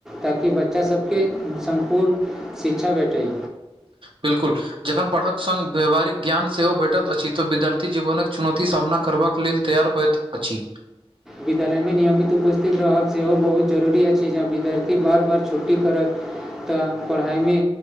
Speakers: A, in the centre; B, on the right.
A: ताकि बच्चासब के सम्पुर्ण शिक्षा भेटय
B: बिल्कुल जखन पढ़क संग व्यवहारिक ज्ञान सेहो भेटत अछि तऽ विद्यार्थी जीवनक चुनौतीक सामना करबाक लेल तैयार होयइत अछि
A: विद्यालय मे नियमित उपस्थित रहब सेहो बहुत जरूरी अछि जँ विद्यार्थी बार बार छुट्टी करत तऽ पढ़ाइ मे